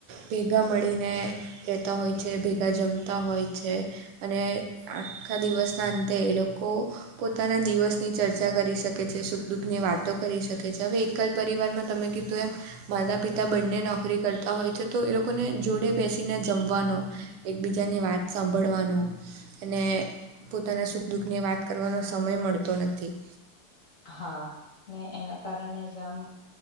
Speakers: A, on the right; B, on the left.
A: ભેગા મળીને કહેતા હોય છે ભેગા જમતા હોય છે અને આખા દિવસના અંતે એ લોકો પોતાના દિવસની ચર્ચા કરી શકે છે સુખ દુઃખની વાતો કરી શકે છે હવે એકલ પરિવારમાં તમે કીધું એમ માતા પિતા બંને નોકરી કરતા હોય છે તો એ લોકોને જોડે બેસીને જમવાનો એકબીજાની વાત સાંભળવાનું અને પોતાના સુખ દુઃખની વાત કરવાનો સમય મળતો નથી
B: હા ને એના કારણે જામ